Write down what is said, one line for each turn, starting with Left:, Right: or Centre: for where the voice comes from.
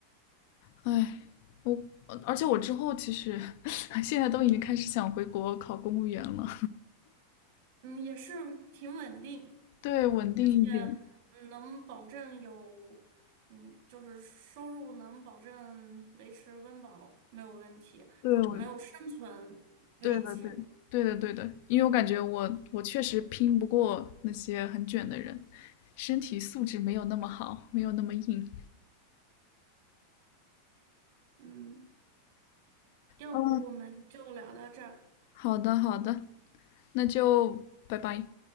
Left: 哎，我而且我之后其实 <laughs> 现在都已经开始想回国考公务员了，
Right: 嗯，也是挺稳定，
Left: 对，稳定一点，
Right: 而且嗯，能保证有，嗯，就是收入能保证维持温饱没有问题，
Left: 对，
Right: 就没有生存危机。
Left: 我，对的，对，对的，对的，因为我感觉我我确实拼不过那些很卷的人，身体素质没有那么好，没有那么硬。
Right: 嗯，要不我们就聊到这儿，
Left: 嗯，好的，好的，那就拜拜。